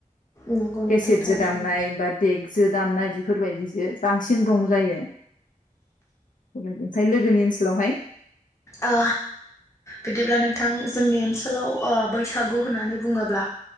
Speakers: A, on the left (about 20°); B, on the left (about 70°).
A: नंगौ
B: केसेटजो
A: नोंथां थारैनो
B: दामनाय बा देगजो दामनाय बेफोरबायदिजों बांसिन दंजायो बेफोरबायदि ओमफ्राय लोगोनि ओनसोलावहाय
A: ओ बिदिब्ला नोंथां जोंनि ओनसोलाव ओ बैसागु होननानै बुङोब्ला